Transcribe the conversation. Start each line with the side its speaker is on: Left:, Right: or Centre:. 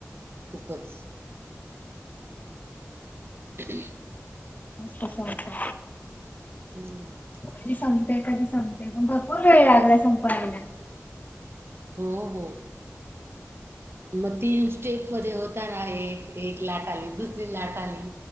Right: खूपच. ह.
Left: कस होता.
Right: हम्.
Left: कधी संपते कधी संपते पण भरपर वेळ लागला संपवायला
Right: हो हो. मग तीन स्टेप मध्ये होत आहे एक लाट आली दुसरी लाट आली.